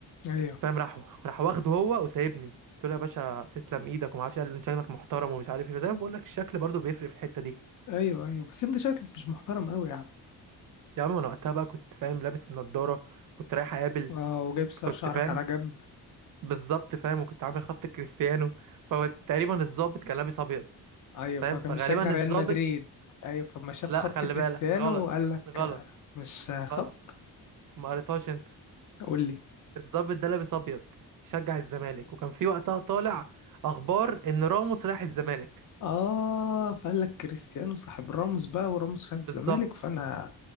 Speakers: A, on the left; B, on the right.
A: ايوه
B: فاهم راح راح واخده هو وسايبني قلت له يا باشا تسلم ايدك وما اعرفش قال لي انت شكلك محترم ومش عارف ايه فزي ما بقول لك الشكل برضو بيفرق في الحته دي
A: ايوه ايوه بس انت شكلك مش محترم قوي يا عم
B: يا عم انا وقتها بقى كنت فاهم لابس النضاره كنت رايح اقابل
A: اه وجايب شعرك
B: كنت فاهم
A: على جنب
B: بالظبط فاهم وكنت عامل خط كريستيانو فتقريبا الظابط كان لابس ابيض
A: ايوه
B: فاهم
A: فكان
B: فغالبا
A: بيشجع ريال
B: الظابط
A: مدريد ايوه فما شاف
B: لا
A: خط
B: خلي
A: كريستيانو
B: بالك غلط
A: قال لك
B: غلط
A: آه، مش خط
B: غلط ما قريتهاش انت
A: قول لي
B: الضابط ده لابس ابيض بيشجع الزمالك وكان في وقتها طالع اخبار ان راموس رايح الزمالك
A: اه فقال لك كريستيانو صاحب راموس بقى وراموس راح الزمالك
B: بالظبط
A: فانا